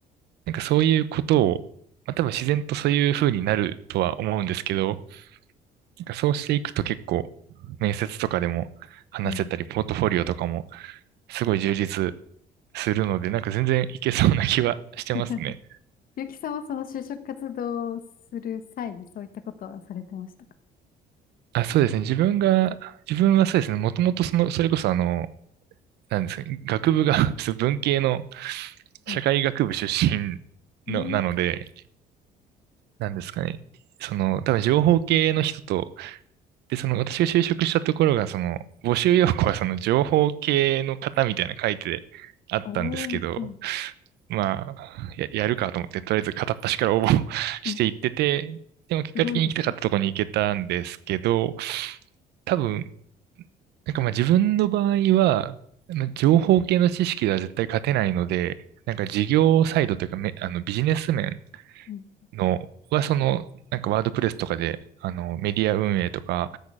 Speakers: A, on the right; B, on the left.
A: なんかそういうことを、まあ、多分自然とそういう風になるとは思うんですけど、なんかそうしていくと結構面接とかでも話せたり、
B: うん。
A: ポートフォリオとかもすごい充実するので、なんか全然いけそうな気はしてますね。
B: <laughs> ゆきさんはその就職活動をする際にそういったことはされてましたか
A: あ、そうですね。自分が、自分はそうですね。もともとその、それこそあの、なんですかね。学部が <laughs> そう文系の
B: はい。
A: 社会学部出身
B: うん。
A: の、なので、なんですかね。その、多分情報系の人と、で、その私が就職したところが、その、募集要項はその情報系の方みたいなの書いてあったんですけど、
B: おー、はい。
A: まあ、や、やるかと思って、とりあえず片っ端から応募 <laughs> していってて、
B: え
A: でも結果的に行きたかったところに行けたんですけど、
B: すごいですね。
A: 多分、なんかまあ自分の場合は、まあ情報系の知識では絶対勝てないので、なんか事業サイドというかめ、あのビジネス面
B: うん。
A: のは、その、なんかワードプレスとかで、あの、メディア運営とか、